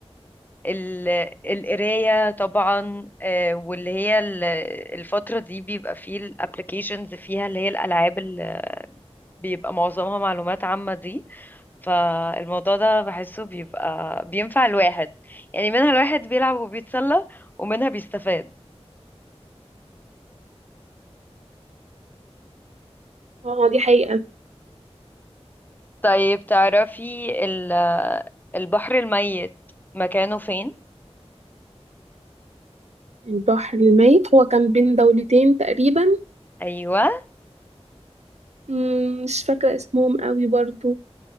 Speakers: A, on the left (about 15°); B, on the right (about 85°).
A: ال القراية طبعا آه، واللي هي ال- الفترة دي بيبقى فيه الابلكيشنز فيها اللي هي الألعاب اللي بيبقى معظمها معلومات عامة دي فالموضوع ده بحسه بيبقى بينفع الواحد يعني منها الواحد بيلعب وبيتسلى ومنها بيستفاد
B: اه دي حقيقة
A: طيب تعرفي ال- البحر الميت مكانه فين؟
B: البحر الميت هو كان بين دولتين تقريبا
A: أيوة
B: مم، مش فاكرة اسمهم قوي برضو